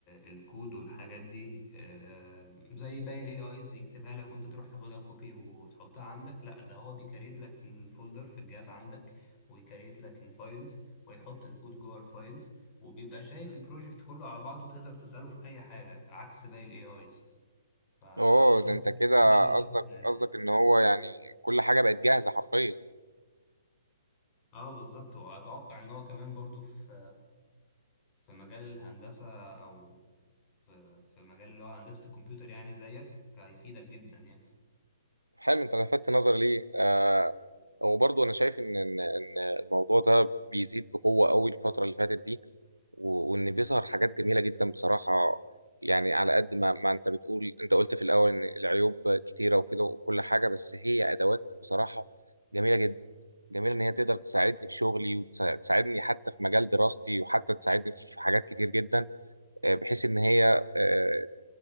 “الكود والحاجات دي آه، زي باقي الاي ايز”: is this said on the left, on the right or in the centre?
Left